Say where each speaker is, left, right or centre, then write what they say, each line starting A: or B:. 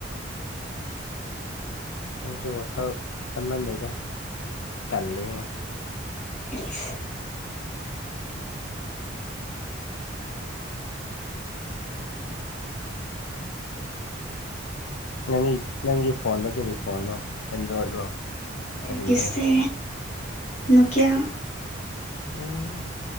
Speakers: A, on the left; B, on the left.
A: ꯅꯪꯁꯨ ꯋꯥꯈꯜ ꯈꯟꯃꯟꯜꯂꯤꯩꯗ ꯇꯜꯜꯂꯤꯉ
B: ꯍꯁ
A: ꯅꯪꯒꯤ ꯅꯪꯒꯤ ꯐꯣꯟꯅꯣ ꯀꯔꯤ ꯐꯣꯟꯅꯣ ꯑꯦꯟꯗ꯭ꯔꯣꯏꯗꯂꯣ
B: ꯑꯩ
A: ꯀꯔꯤꯅꯣ
B: ꯀꯁꯦ ꯅꯣꯀꯌꯥ
A: ꯎꯝ